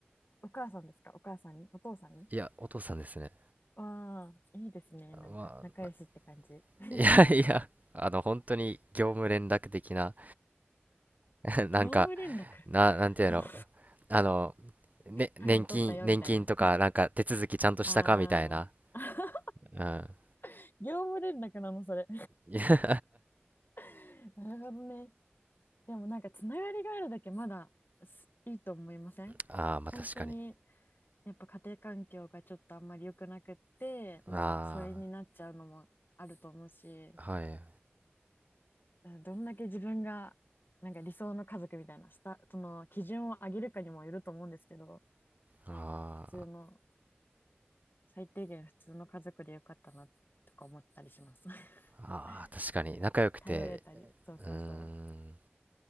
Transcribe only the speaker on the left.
お母さんですかお母さんにお父さんに
わあ、いいですね。なんか、
仲良しって感じ。<laughs>
業務連絡。
どうぞ
単位取ったよ、
みたいな。
ああ、
<laughs> 業務連絡なの、それ。
<laughs> なるほどね。でもなんか、つながりがあるだけまだすいいと思いません本当に、
やっぱ家庭環境がちょっとあんまり良くなくって、もう疎遠になっちゃうのもあると思うし、
うんどんだけ自分がなんか理想の家族みたいなスタその基準を上げるかにもよると思うんですけどまあ普通の
最低限普通の家族でよかったなとか思ったりします <laughs>
なんか頼れたりそうそうそう